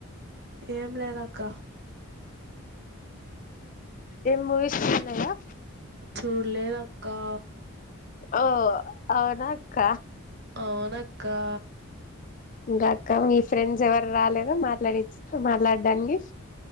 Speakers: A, on the right; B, on the left.
A: ఏం లేదక్క మీరు
B: ఏం
A: మూవీస్
B: చూడలేదా
A: చూడలేద చూడలేదక్కా
B: ఓ అవునా అక్క
A: అవునక్కా
B: ఇంకాక్క మీ ఫ్రెండ్స్ ఎవరు రాలేద మాట్లాడిచి మాట్లాడడానికి